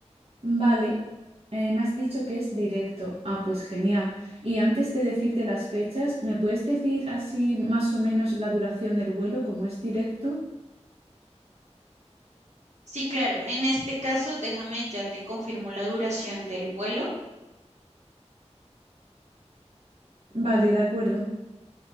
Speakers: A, on the right; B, on the right.
A: Vale, eh, me has dicho que es directo. Ah, pues genial. Y antes de decirte las fechas, ¿me puedes decir así más o menos la duración del vuelo, como es directo?
B: Sí, claro. En este caso, déjame, ya te confirmo la duración del vuelo.
A: Vale, de acuerdo.